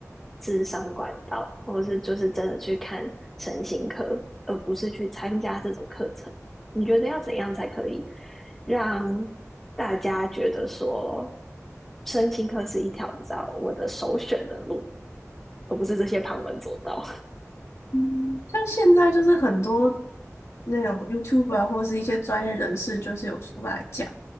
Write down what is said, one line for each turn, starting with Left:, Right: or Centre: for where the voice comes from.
Centre: 智商管道，或是就是真的去看神行科，而不是去参加这种课程。你觉得要怎样才可以？让大家觉得说，身心科是一条你知道我的首选的路，而不是这些旁门左道。
Left: 嗯，像现在就是很多。那种 YouTube 啊，或者是一些专业人士，就是有出来讲。